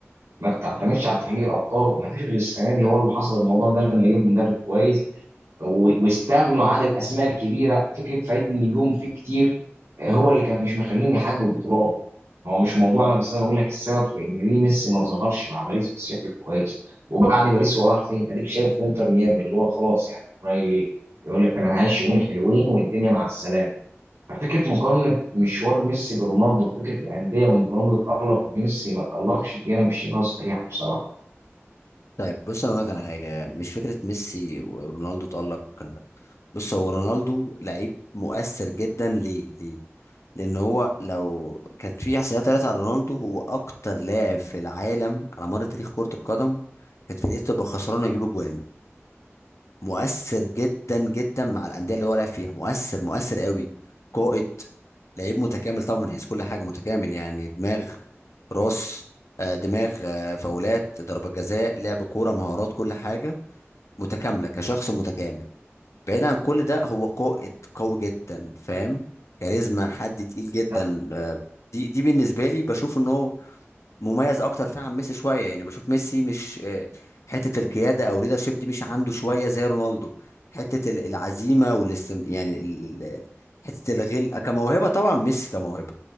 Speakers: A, on the right (about 80°); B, on the left (about 75°).
A: ما بتعتمدش على تغيير الالقاب ما فيش غير السنه دي هو اللي حصل الموضوع ده لما جاب مدرب كويس و- واستغنوا عن الاسماء الكبيره فكره فريق النجوم فيه كتير هو اللي كان مش مخليهم يحققوا بطولات هو مش موضوعنا بس انا بقول لك السبب في ان ليه ميسي ما ظهرش مع باريس بشكل كويس وبعد باريس هو راح فين؟ اديك شايف في انتر ميامي اللي هو خلاص يعني رايل يقول لك انا هعيش يومين حلوين والدنيا مع السلامه ففكره مقارنه مشوار ميسي برونالدو في فكره الانديه وان رونالدو اتالق وان ميسي ما اتالقش دي انا مش شايفها صحيحه بصراحه
B: طيب بص انا اقول لك على حاجه مش فكره ميسي ورونالدو تألق بص هو رونالدو لعيب مؤثر جدا ليه ليه لان هو لو كانت في احصائيات طلعت على رونالدو هو اكتر لاعب في العالم على مر تاريخ كره القدم كانت فرقته تبقى خسرانه يجيب جوان مؤثر جدا جدا مع الانديه اللي هو لعب فيها مؤثر مؤثر قوي قائد لعيب متكامل طبعا من حيث كل حاجه متكامل يعني دماغ راس آه، دماغ آه، فاولات ضربه جزاء لعب كوره مهارات كل حاجه متكامله كشخص متكامل بعيدا عن كل ده هو قائد قوي جدا فاهم كاريزما حد تقيل جدا
A: لما
B: آه، دي دي بالنسبه لي بشوف ان هو مميز اكتر فيه عن ميسي شويه يعني بشوف ميسي مش آه، حته القياده او ليدرشيب دي مش عنده شويه زي رونالدو حته ال- العزيمه والاستم يعني ال- ال- حته الغل كموهبه طبعا ميسي كموهبه